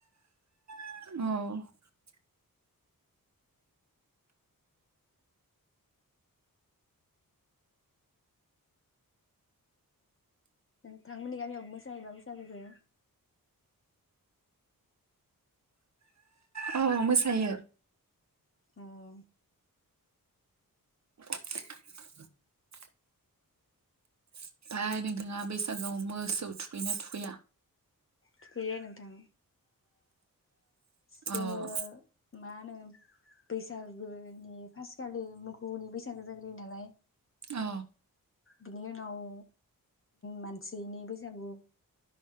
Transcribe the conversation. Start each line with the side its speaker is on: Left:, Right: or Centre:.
Right: औ
Left: नोंथांमोननि गामियाव मोसायोबा बैसागो?
Right: औ मोसायो।
Left: उम
Right: <inaudible> ओमफाय नोंथाङा बैसागोआव मोसौ थुखैयो ना थुखैया?
Left: थुखैयो नोंथां। जोङो
Right: अ
Left: मा नो बैसागोनि फासखालि मोखौनि बैसागो जाग्रोयो नालाय
Right: औ
Left: बिनि उनाव मानसिनि बैसागु